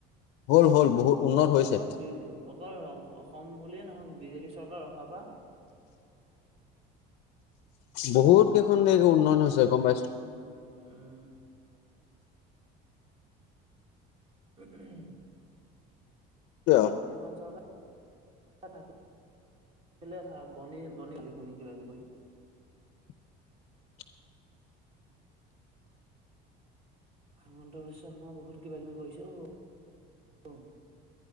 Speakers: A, on the left; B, on the right.
A: হ'ল হ'ল বহুত উন্নত
B: অকল
A: হৈছে।
B: বি অকল অসম বুলিয়ে নহওঁক বিজেপি চৰকাৰ অহা পা।
A: বহুত কেইখন দেশ উন্নয়ন হৈছে গম পাইছোঁ।
B: উম। উম।
A: সেইটোৱে আৰু
B: এইখন চৰকাৰ থাকে। কেলে চা বনি বনি বি শুনি কিবা কিবি কৰি।
A: <unintelligible>
B: হিমন্ত বিশ্ব শৰ্মা বহুত কিবা কিবি কৰিছেও